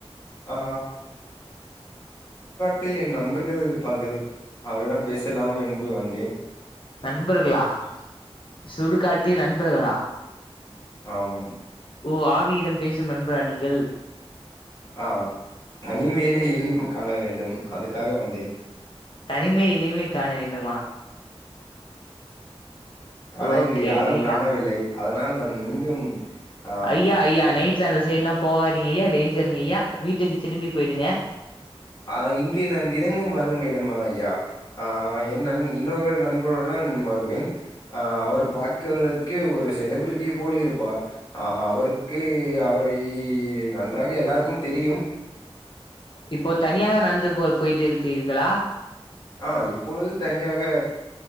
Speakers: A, on the left; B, on the left.
A: ஆ டில் என் நண்பர்கள் இருப்பார்கள் அவரிடம் பேசலாம் என்று வந்தேன்
B: நண்பர்களா சுடுகாட்டில் நண்பர்களா
A: ஆமம்
B: ஓ ஆவியிடம் பேசும் நண்பரா நீங்கள்
A: ஆ தனிமைலே இனிம காண வேண்டும் அதுக்காக வந்தேன்
B: தனிமை இனிமை காண வேண்டுமா
A: ஆனா
B: ஓகேங்க
A: இங்க யாரும்
B: ஐயா
A: காணவில்லை அதனால் நான் மீண்டும் ஆ
B: ஐயா ஐயா நைட்ல அந்த சைட்லா போவா ஐயா டேஞ்சருங்கய்யா வீட்டுக்கு திரும்பி பொயிடுங்க
A: ஆ இங்கே நான் தினமும் வரும் இடமா ஐயா ஆ நான் இன்னொரு நண்பருடன் வருவேன் அவர் பாக்கறதுக்கே ஒரு செலிபிரிட்டிய போல் இருப்பார் அ அவருக்கு அவரை நன்றாக எல்லாருக்கும் தெரியும்
B: இப்போ தனியாக நடந்து போ பொயிட்டு இருக்கிறீர்களா
A: ஆ இப்பொழுது தனியாக